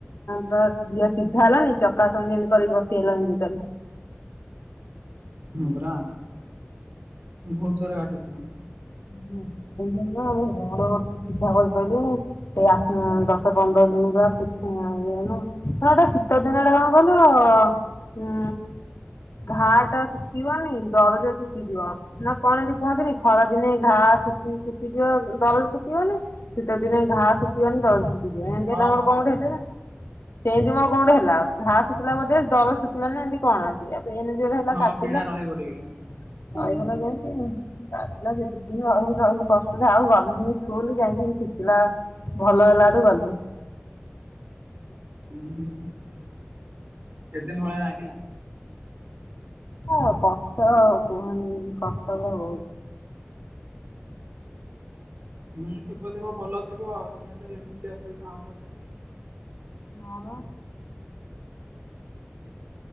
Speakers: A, on the left; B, on the right.
A: ପୁରା ଠିଆ ସିଧା ହେଲାନି ଚକାଆସନଏମିତି କରି ଏଇ ବସିହେଲାନି ଟୋଟାଲେ।
B: ହୁଁ ପରା <unintelligible>
A: <unintelligible> <unintelligible> ଗୋଡ଼ ସିଧା କରିପାଇଲିନି ସେଇ ଆ ଦଶ ପନ୍ଦର ଦିନ ର <unintelligible> <unintelligible> ହଁ ଏଟା ଶୀତ ଦିନଟା କଣ କଇଲ ଉଁ-ଉଁ- ଉଁ ଘାଆଟା ଶୁଖିବାନି ଦରଜା ଶୁଖିଯିବ ନା କଣ ଏମିତି କୁହ ନ୍ତି ଖରା ଦିନେ ଘା ସୁକି ସୁକି ଶୁକିଯିବ ଦରଜ ଶୁକିବନି ଶୀତ ଦିନେ ଘା ଶୁକିବନି ଦରଜ ସୁକି ଏମିତି
B: ହଁ
A: ହେଲା ମୋର
B: ହଁ।
A: କଁ ଗୋଟେ ହେଲା। ସେଇମିତି ମୋର କଣ ଗୋଟେ ହେଲା ଘା ଶୁକିଲା ବୋଧେ ଦରଜ ଶୁକିଲାନି ଏମିତି କଣ <unintelligible> ନିଜର ହେଲା
B: ହଁ
A: କାଟିଲା
B: ପୀଡା ରହିବ ଟିକେ
A: <unintelligible>
B: ହୁଁ
A: କିଛି ଦିନ ରହିଲି ରହିଲି କଷ୍ଟ ରେ ଆଉ ଗଲିନି ସ୍କୁଲ ଯାଇକି ଶୁକିଲା। ଭଲ ହେଲାଠୁ ଗଲି।
B: ଉଁ ହୁଁ କେତେ ଦିନ ଭଳିଆ ଲାଗିଲା?
A: ହ କଷ୍ଟ କୁହନି କଷ୍ଟ ଲୋ।
B: ହୁଁ ଥିବ ଥିବ ଭଲ ଥିବ ଦିନେ ଦିନେ ଏମିତି ଅସୁବିଧା ହବ ଯେ
A: ହଁ ପା।